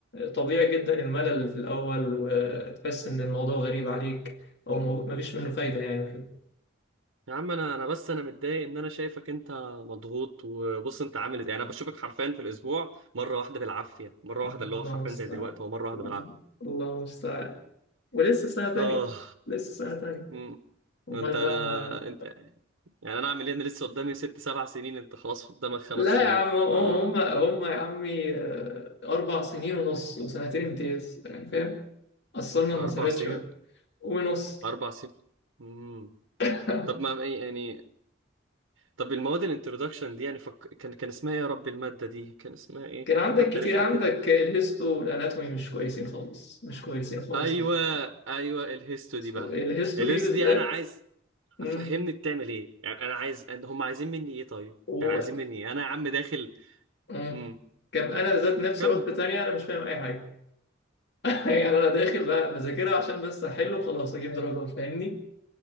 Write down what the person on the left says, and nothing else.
طبيعي جدا الملل في الأول وتحس إن الموضوع غريب عليك أو مو- مفيش منه فايدة يعني وكده
الله
المستعان
الله المستعان ولسه سنة تانية
لسه سنة تانية
أمال
بقى ما
لا
يا عم هم
هم يا عمي آه، أربع سنين ونص وسنتين امتياز يعني فاهم قصرنا المسافات
شوية ونص
<laughs>
كان
عندك
كتير
عندك
الهيستو والاناتومي مش كويسين خالص مش كويسين خالص
خالص
الهيستو
دي بالذات
مم.
وانا
مم.
كم انا ذات نفسي
عقده تانية انا مش فاهم اي حاجه <laughs> يعني انا داخل بقى بذاكرها عشان بس احل وخلاص اجيب درجات فاهمني